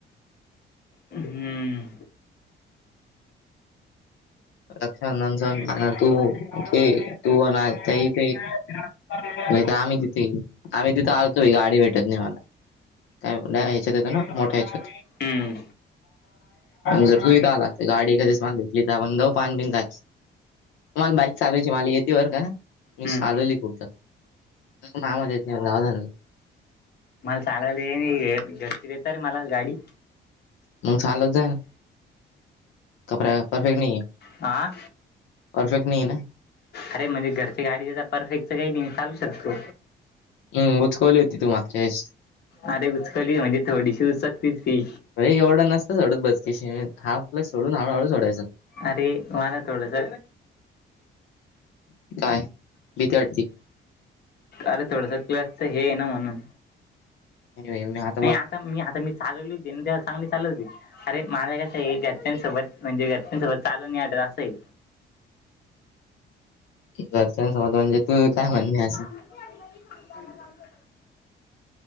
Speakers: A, on the left; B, on the left.
A: हम्म
B: लक्षार तू तेे तू ते ते नाही तर आम्ही तिथे आम्ही तिथे आलतो गाडी भेटत नाही मला काय ह्याच्यात येत ना मोठ्याच्या
A: हम्म
B: जर तु आला गाडी एधीचली आपण जाऊ पान बिन का मला बाईक चालवायची मला येते वर का मी
A: हम्म
B: चालवली खूपदा ह माेत जावदल
A: मला चालायला घरची देत रे मला गाडी
B: मग चालत जा ना कपडा परफेक्ट नाही आहे
A: हा
B: परफेक्ट नाही ना
A: अरे म्हणजे घरची गाडी परफेक्टच काही नाही चालू शकतू
B: हम्म उचकवली होती तू माचेस.
A: अरे उचकली म्हणजे थोडीशी उचकतीच ती.
B: काय एवढं नसतं तेवढं बचकीशी हाफ प्लस सोडून हळू सोडायाचं.
A: अरे मला थोडसा
B: काय भीती वाटती
A: अरे थोडसा क्लासच हे ना म्हणून.
B: नाही बाई मी हात
A: नाही आता मी आता मी चालवली होती ना तेव्हा चांगली चालत होते. अरे माझ कसं आहे घरच्यांसोबत म्हणजे घरच्यांसोबत चालू नी <unintelligible> असं आहे.
B: घरच्यांसबत म्हणजे तू काय म्हणणे असं
A: <unintelligible>